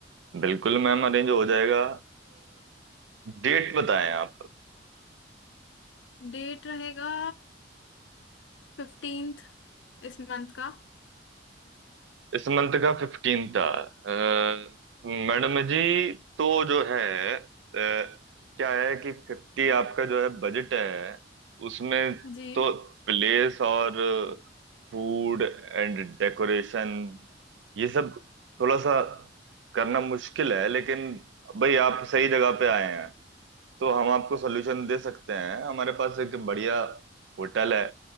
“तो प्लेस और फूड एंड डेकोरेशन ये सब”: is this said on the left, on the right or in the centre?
Right